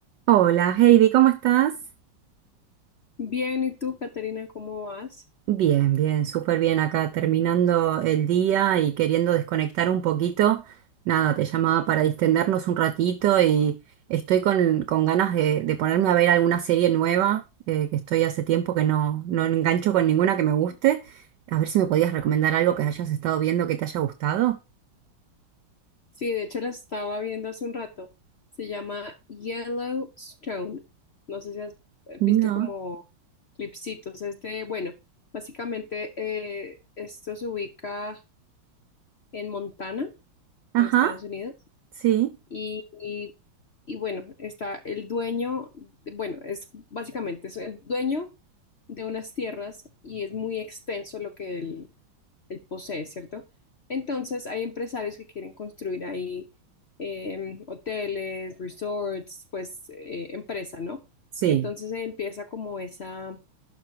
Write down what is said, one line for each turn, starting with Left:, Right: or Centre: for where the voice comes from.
Right: Hola Heidi, ¿cómo estás?
Left: Bien, ¿y tú, Caterina, cómo vas?
Right: Bien, bien, súper bien acá terminando el día y queriendo desconectar un poquito. Nada, te llamaba para distendernos un ratito y estoy con, con ganas de, de ponerme a ver alguna serie nueva, eh, que estoy hace tiempo que no, no engancho con ninguna que me guste. A ver si me podías recomendar algo que hayas estado viendo que te haya gustado.
Left: Sí, de hecho la estaba viendo hace un rato. Se llama Yellowstone. No sé si has eh,
Right: No.
Left: visto como clipsitos. Es de, bueno, básicamente eh, esto se ubica en Montana,
Right: Ajá,
Left: en Estados Unidos.
Right: sí.
Left: Y, y- y bueno, está el dueño, de- bueno, es básicamente es el dueño de unas tierras y es muy extenso lo que él, él posee, ¿cierto? Entonces hay empresarios que quieren construir ahí eh, hoteles, resorts, pues eh, empresa, ¿no?
Right: Sí,
Left: Entonces eh, empieza como esa,